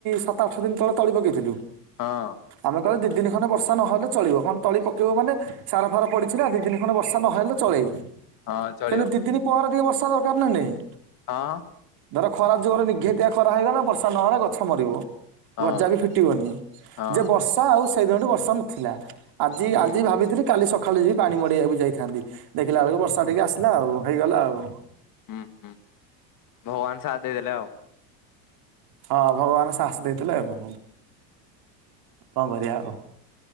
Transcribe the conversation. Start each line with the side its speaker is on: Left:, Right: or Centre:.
Right: ସାତ ଆଠ ଦିନ ତଳେ ତଳି ପକାଇଥିଲୁ?
Left: ହଁ।
Right: ଆମେ କହିଲ ଦି ଦିନ ଖଣ୍ଡେ ବର୍ଷା ନହେଲେ ଚଳିବ କଣ ତଳି ପକବୁ ମାନେ ସାର ଫାର ପଡିଛି ନା ଦି ଦିନି ଖଣ୍ଡେ ବର୍ଷା ନହ ହେଲେ ଚଳେ।
Left: ହଁ ଚଳିବ
Right: କିନ୍ତୁ ଦି ଦିନ ପରେ ଟିକେ ବର୍ଷା ଦରକାର ନା ନାଇଁ?
Left: ହଁ।
Right: ଧର ଖରା ଜୋରେ ନିଘେତିଆ ଖରା ହେଇଗଲା ବର୍ଷା ନହେଲେ ଗଛ ମରିବ।
Left: ହଁ
Right: ଗଜା ବି ଫିଟିବନି
Left: ହଁ
Right: ଯେ ବର୍ଷା ଆଉ ସେଇଦିନଠୁ ବର୍ଷା ନଥିଲା। ଆଜି
Left: ହୁଁ
Right: ଆଜି ଭାବିଥିଲି କାଲି ସକାଳେ ଯିବି ପାଣି ମଡେଇବାକୁ ଯାଇଥାନ୍ତି ଦେଖିଲା ବେଳକୁ ବ ବର୍ଷା ଟିକେ ଆସିଲା ଆଉ ହେଇଗଲା ଆଉ।
Left: ହୁଁ ହୁଁ ଭଗବାନ ସାଥ ଦେଇଦେଲେ ଆଉ।
Right: ହଁ ଭଗବାନ ଶାହସ ଦେଇଥିଲେ ଆଉ। କଣ କରିବା ଆଉ